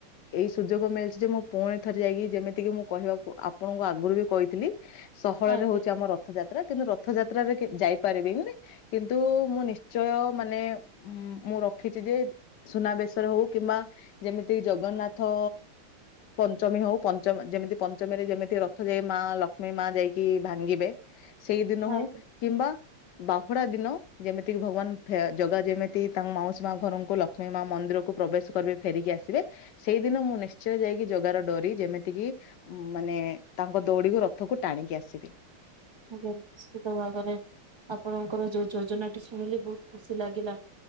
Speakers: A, on the left; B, on the right.
A: ଏଇ ସୁଯୋଗ ମିଳିଛି ଯେ ମୁଁ ପୁଣି ଥରେ ଯାଇକି ଯେମିତିକି ମୁଁ କହିବାକୁ ଆପଣଙ୍କୁ ଆଗରୁ ବି କହିଥିଲି। ସହରରେ
B: ଆଜ୍ଞା
A: ହଉଛି ଆମର ରଥଯାତ୍ରା କିନ୍ତୁ ରଥଯାତ୍ରାରେ କେଇ ଯାଇପାରିବେନି। କିନ୍ତୁ ମୁଁ ନିଶ୍ଚୟ ମାନେ ଉଁ ମୁଁ ରଖିଛି ଯେ ସୁନାବେଶର ହଉ କିମ୍ବା ଯେମିତି ଜଗନ୍ନାଥ ପଞ୍ଚମୀ ହଉ ପଞ୍ଚମି ଯେମିତି ପଞ୍ଚମୀରେ ଯେମିତି ରଥ ଯାଇ ମା ଲକ୍ଷ୍ମୀ ମା ଯାଇକି ଭାଙ୍ଗିବେ ସେଇ ଦିନ
B: ଆଜ୍ଞା
A: ହଉ କିମ୍ବା ବାହୁଡା ଦିନ ଯେମିତିକି ଭଗବାନ ଫେ ଜଗା ଯେମିତି ତାଙ୍କ ମାଉସୀ ମା ଘରଙ୍କୁ ଲକ୍ଷ୍ମୀ ମା ମନ୍ଦିରକୁ ପ୍ରବେଶ କରିବେ ଫେରିକି ଆସିବେ ସେଇଦିନ ମୁଁ ନିଶ୍ଚୟ ଯାଇକି ଜଗାରେ ଡୋରି ଯେମିତିକି ଉ ମାନେ ତାଙ୍କ ଦଉଡିକୁ ରଥକୁ ଟାଣିକି ଆସିବି।
B: ଆଜ୍ଞା ନିଶ୍ଚିତ ଭାବରେ ଆପଣଙ୍କର ଯୋଉ ଯୋଜନା ଟି ଶୁଣିଲି ବହୁତ ଖୁସି ଲାଗିଲା।